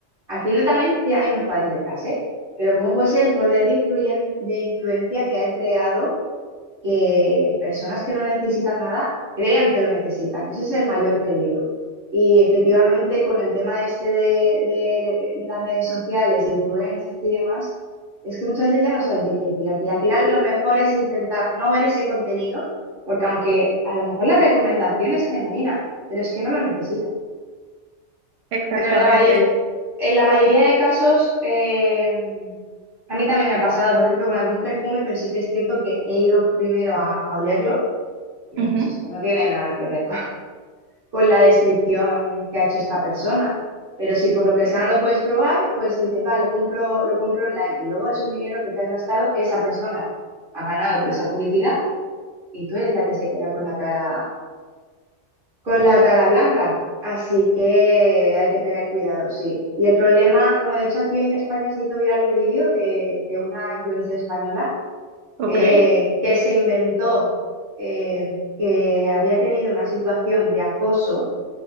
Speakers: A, on the right (about 50°); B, on the right (about 65°).
A: al final también que hay unos padres detrás, ¿eh? Pero ¿cómo puede ser el poder de, influyen- de influencia que ha entregado que personas que no necesitan nada crean que lo necesitan. Ese es el mayor peligro. Y efectivamente con el tema este de, de- de las redes sociales, influencers y demás, es que muchas veces ya no sabes de quién fiarte. Y al final lo mejor es intentar no ver ese contenido, porque aunque a lo mejor la recomendación es genuina, pero es que no lo necesitas.
B: Exactamente.
A: Pero en la, may- en la mayoría de casos, eh, a mí también me ha pasado, por ejemplo, con algún perfume, pero sí que es cierto que he ido primero a, a olerlo y
B: Ujú,
A: pues esto no tiene nada que ver con, <laughs> con la descripción que ha hecho esta persona. Pero si por lo que sea no lo puedes probar, pues dices, va, lo compro, lo compro online. Y luego es un dinero que te has gastado, esa persona ha ganado por esa publicidad y tú eres la que se queda con la cara, con la cara blanca. Así que hay que tener cuidado, sí. Y el problema, bueno, de hecho aquí en España se hizo viral un vídeo de, de una influencer española
B: Ok.
A: eh, que se inventó eh, que había tenido una situación de acoso,